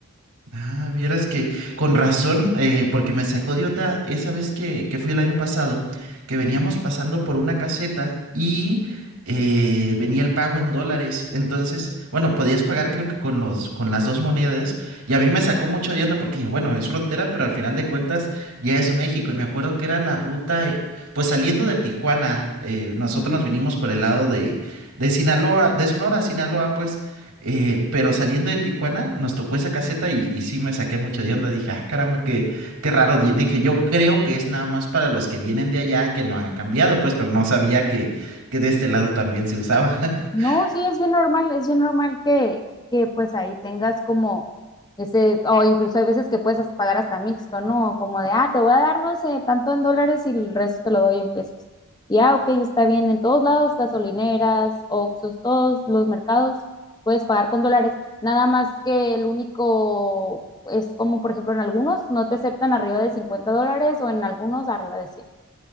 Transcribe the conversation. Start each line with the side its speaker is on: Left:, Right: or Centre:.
Right: Ah, vieras que con razón, eh, porque me sacó de onda esa vez que, que fui el año pasado, que veníamos pasando por una caseta y eh, venía el pago en dólares. Entonces, bueno, podías pagar creo que con los, con las dos monedas. Y a mí me sacó mucho de onda porque dije, bueno, es frontera, pero al final de cuentas ya es México. Y me acuerdo que era la ruta, eh, pues saliendo de Tijuana, eh, nosotros
Left: Ujú.
Right: nos vinimos por el lado de, de Sinaloa, de Sonora, a Sinaloa, pues. Eh, pero saliendo de Tijuana, nos tocó esa caseta y, y sí me saqué mucho de onda. Dije, ah, caramba, qué, qué raro. Di- Dije, yo creo que es nada más para los que vienen de allá que no han cambiado, pues, pero no sabía que, que de este lado también se usaba. <laughs>
Left: No, sí, es bien normal, es bien normal que, que pues ahí tengas como ese, o incluso hay veces que puedes as- pagar hasta mixto, ¿no? Como de, ah, te voy a dar, no sé, tanto en dólares y el resto te lo doy en pesos. Y ah, ok, está bien, en todos lados, gasolineras, Oxxos, todos los mercados, puedes pagar con dólares. Nada más que el único es como, por ejemplo, en algunos no te aceptan arriba de 50 dólares o en algunos arriba de cien.